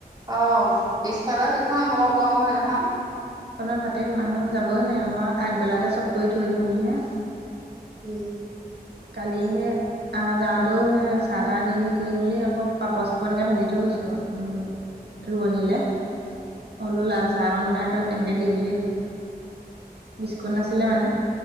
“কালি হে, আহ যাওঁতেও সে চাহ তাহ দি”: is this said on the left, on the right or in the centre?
Right